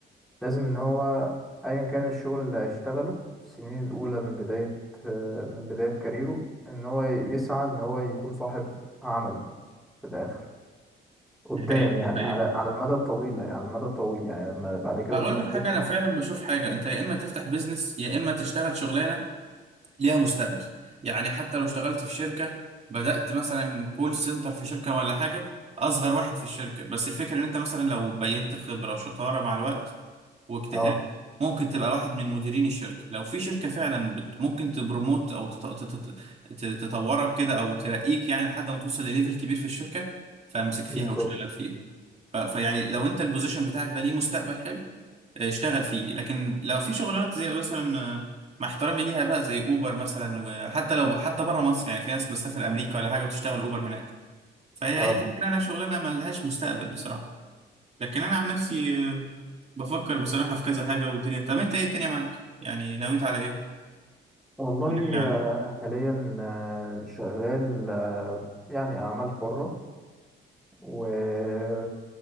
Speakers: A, in the centre; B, on the right.
A: لازم ان هو ايا كان الشغل اللي هيشتغله السنين الاولى من بداية آه، من بداية كاريره ان هو يسعى ان هو يكون صاحب عمل في الاخر قدام
B: دي حقيقة
A: يعني
B: دي حقيقة
A: على على المدى الطويل على المدى الطويل يعني لما بعد كده
B: اقول
A: الظروف
B: لك
A: تسمح
B: حاجه انا فعلا بشوف حاجه انت يا اما تفتح بيزنس يا اما تشتغل شغلانه ليها مستقبل يعني حتى لو اشتغلت في شركه بدات مثلا كول سنتر في شركه ولا حاجه اصغر واحد في الشركه بس الفكره ان انت مثلا لو بينت خبره وشطاره مع الوقت واجتهاد
A: اه
B: ممكن تبقى واحد من مديرين الشركه لو في شركه فعلا بت ممكن تبروموت او تط- تط- تط- تطورك كده او ترقيك يعني لحد ما توصل لليفل كبير في الشركه فامسك فيها
A: بالظبط
B: واشتغل فيها ف- فيعني
A: بالظبط.
B: لو انت البوزيشن بتاعك ده ليه مستقبل حلو اشتغل فيه لكن لو في شغلانات زي مثلا آه، مع احترامي ليها بقى زي اوبر مثلا وحتى لو حتى بره مصر يعني في ناس بتسافر امريكا ولا حاجه وتشتغل اوبر هناك فهي
A: اه
B: هي فكره انا شغلانه ما لهاش مستقبل بصراحه لكن انا عن نفسي آه، بفكر بصراحه في كذا حاجه والدنيا طب انت ايه الدنيا معاك يعني نويت على ايه
A: والله
B: ناوي على
A: آه،
B: ايه
A: انا حاليا آه، شغال آه، يعني اعمال حرة و